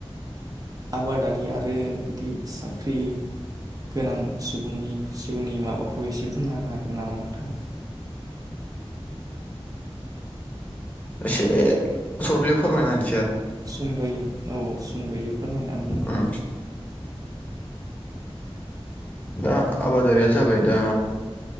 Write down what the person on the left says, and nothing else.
एसे सर्टलि फोरमायना होनि
उम दा आबादारिया जाबाय दा